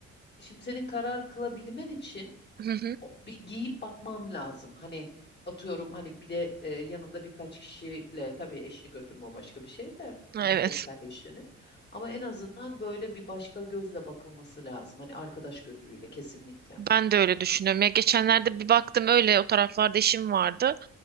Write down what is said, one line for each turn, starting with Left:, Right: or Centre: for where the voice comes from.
Left: Şimdi senin karar kılabilmen için
Right: Hı hı,
Left: o- bir giyip bakmam lazım. Hani atıyorum hani bir de e, yanında birkaç kişiyle tabii eşini götürme o başka bir şey de müstakbel
Right: evet.
Left: eşini. Ama en azından böyle bir başka gözle bakılması lazım. Hani arkadaş gözüyle kesinlikle.
Right: Ben de öyle düşünüyorum. Ya geçenlerde bir baktım öyle o taraflarda işim vardı.